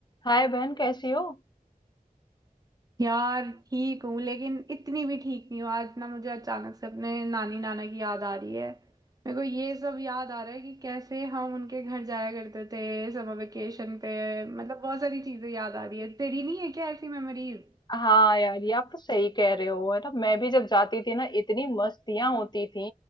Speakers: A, on the left; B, on the right.
A: हाय बहन कैसी हो
B: यार ठीक हूँ लेकिन इतनी भी ठीक नहीं हूँ आज ना मुझे अचानक से अपने नानी नाना की याद आ रही है मेरे को ये सब याद आ रहा है कि कैसे हम उनके घर जाया करते थे समर वेकेशन पे मतलब बहुत सारी चीजें याद आ रही है तेरी नहीं है क्या ऐसी मेमोरीज
A: हाँ यार ये आप तो सही कह रहे हो है ना मैं भी जब जाती थी ना इतनी मस्तियां होती थी